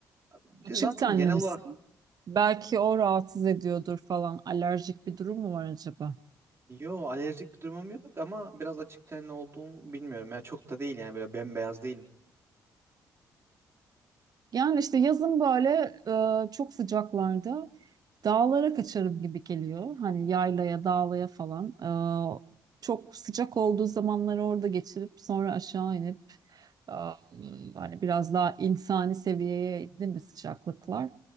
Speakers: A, on the right; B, on the right.
A: Bir
B: Açık
A: de zaten
B: tenli
A: genel
B: misin?
A: olarak
B: Belki o rahatsız ediyordur falan. Alerjik bir durum mu var acaba?
A: Yo alerjik bir durumum yok ama biraz açık tenli olduğum bilmiyorum. Ya çok da değil yani böyle bembeyaz değilim.
B: Yani işte yazın böyle e, çok sıcaklarda dağlara kaçarım gibi geliyor. Hani yaylaya, dağlaya falan. E, çok sıcak olduğu zamanları orada geçirip sonra aşağı inip Am, Hani biraz daha insani seviyeye indi mi sıcaklıklar?